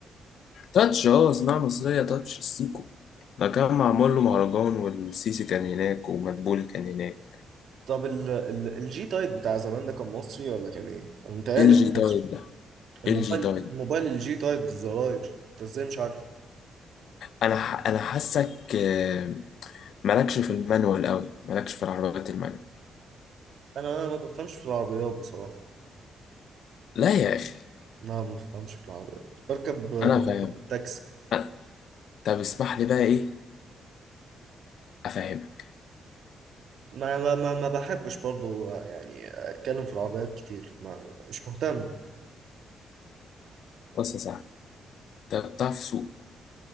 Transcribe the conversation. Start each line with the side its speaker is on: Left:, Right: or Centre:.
Left: تاتش اه صناعة مصرية تاتش السيكو ده كان معمول له مهرجان والسيسي كان هناك ومدبولي كان هناك
Right: طب الجي تايب بتاع زمان ده كان مصري ولا كان ايه انا متهيألي
Left: ال جي
Right: كان
Left: تايب
Right: مصري
Left: ده
Right: الموبايل
Left: ال جي تايب
Right: الموبايل الجي تايب الزراير انت ازاي مش عارفه
Left: انا ح... انا حاسك آه، مالكش في المانوال قوي مالكش في العربيات المانوال
Right: انا انا ما بفهمش في العربيات بصراحة
Left: لا يا اخي
Right: لا ما بفهمش في العربيات بركب بركب
Left: انا فاهم
Right: تاكسي
Left: أنا- طب اسمح لي بقى ايه افهمك
Right: ما ما ما ما بحبش برضو يعني اتكلم في العربيات كتير ما مش مهتم
Left: بص يا صاحبي انت بتعرف تسوق